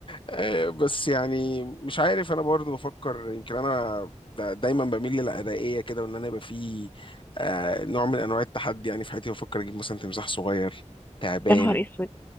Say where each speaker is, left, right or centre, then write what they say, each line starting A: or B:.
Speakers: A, on the left; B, on the left.
A: آه، بس يعني مش عارف انا برضو بفكر يمكن انا دا- دايما بميل للأدائية كده وان انا يبقى في آه، نوع من انواع التحدي يعني في حياتي بفكر اجيب مثلا تمساح صغير تعبان
B: يا نهار اسود